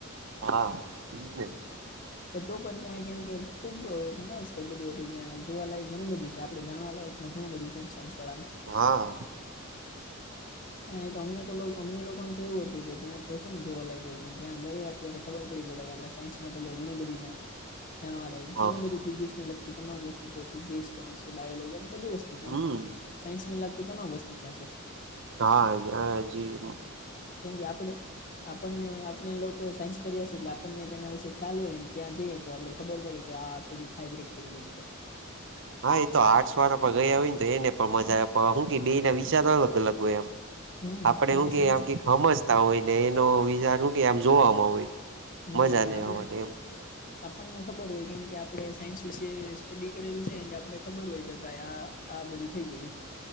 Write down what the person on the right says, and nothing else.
હા હું બેન.
હા.
હા
હમ
હા હા જી હા.
હા એ તો આર્ટસ વાળા પણ ગયા હોય ને તો એને પણ મજા હું કે બેના વિચારો અલગ અલગ હોય એમ.
આપડે
હું કે
આમ કે હમજતા હોય ને એનો વિચાર શું કે આમ જોવામાં હોય
મજા લેવા
માટે એમ.